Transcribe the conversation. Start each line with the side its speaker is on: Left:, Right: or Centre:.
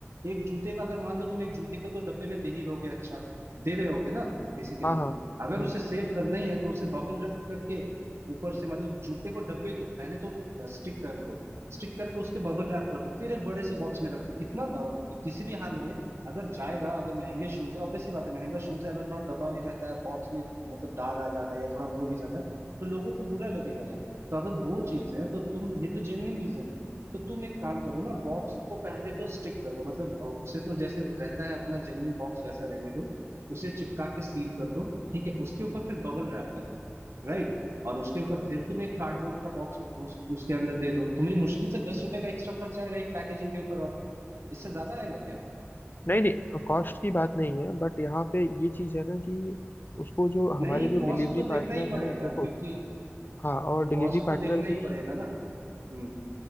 Right: एक जूते का अगर मान लो तुम एक जूते का तो डब्बे में दे ही रहोगे अच्छा दे रहे होगे ना बेसिकली
Left: हाँ हाँ
Right: अगर
Left: हम्म,
Right: उसे सेव करना ही है तो उसे बबल रैप करके ऊपर से मतलब जूते को डब्बे को पहले तो स्टिक कर दो स्टिक करके उसके बबल रैप कर दो फिर एक बड़े से बॉक्स में रख दो कितना अ, किसी भी हाल में अगर जाएगा अगर महंगे शूज है ऑब्वियस सी बात है महंगा शूज है अगर थोड़ा दबा भी रहता है बॉक्स में मतलब दाग आ जाता है या थोड़ा मुड़ भी जाता है तो लोगों को बुरा लगेगा यार तो अगर वो चीज है तो तुम ये तो जेन्युइन रीजन है तो तुम एक काम करो ना बॉक्स को पहले तो स्टिक कर दो मतलब अ, उसे तो जैसे रहता है अपना जेन्युइन बॉक्स वैसा रहने दो उसे चिपका के सील कर दो ठीक है उसके ऊपर फिर बबल रैप कर दो राइट और उसके ऊपर फिर तुम एक कार्डबोर्ड का बॉक्स उस, उस, उसके अंदर दे दो तुम्हें मुश्किल से दस रुपए का एक्स्ट्रा खर्च आएगा एक पैकेजिंग के ऊपर और इससे ज्यादा आएगा क्या
Left: नहीं नहीं कॉस्ट की बात नहीं है बट यहाँ पे ये चीज़ है ना कि उसको जो
Right: नहीं
Left: हमारे जो
Right: कॉस्ट
Left: डिलीवरी
Right: तो देखना
Left: पार्टनर
Right: ही पड़ेगा
Left: है देखो
Right: क्योंकि
Left: हाँ और डिलीवरी
Right: कॉस्ट
Left: पार्टनर
Right: तो देखना ही
Left: भी
Right: पड़ेगा ना हम्म